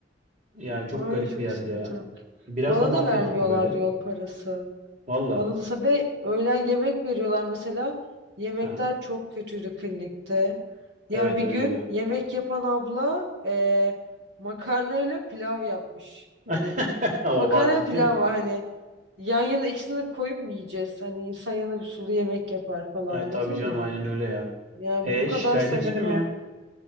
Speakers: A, on the right; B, on the right.
A: Yani çok
B: Ay
A: garip
B: çok
A: bir yerdi
B: sıkıntı.
A: ya. Biraz
B: Bana
A: da mafyatikti
B: da vermiyorlardı
A: böyle.
B: yol parası.
A: Valla.
B: Bana da sabah öğlen yemek veriyorlar mesela. Yemekler
A: Aha.
B: çok kötüydü klinikte. Ya
A: Evet
B: bir
A: öyle
B: gün
A: oluyor.
B: yemek yapan abla e, makarnayla pilav yapmış.
A: <laughs>
B: Hani makarna
A: Oha ciddi
B: pilav
A: mi?
B: var hani yan yana ikisini koyup mu yiyeceğiz? Hani insan yanında bir sulu yemek yapar falan
A: Ay,
B: anladın
A: tabii canım
B: mı?
A: aynen öyle ya.
B: Yani
A: E
B: bu kadar
A: şikayet
B: saçma.
A: etmedin mi ya?